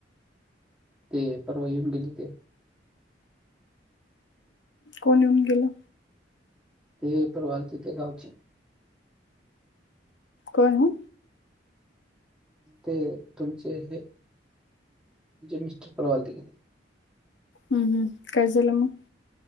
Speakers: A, in the centre; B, on the left.
A: ते परवा येऊन गेलो ते.
B: कोण येऊन गेल.
A: ते परवा आलते ते गावचे.
B: कोण ओ?
A: ते तुमचे हे, मिस्टर परवा आलते.
B: हम्म हम्, काय झालं मग?